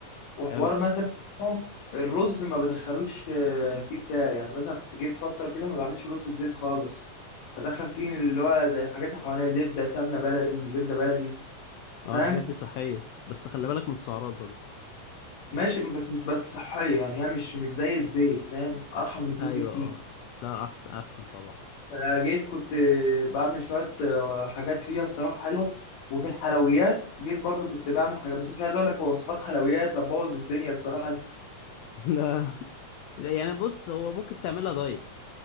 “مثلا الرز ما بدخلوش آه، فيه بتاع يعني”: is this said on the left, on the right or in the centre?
Left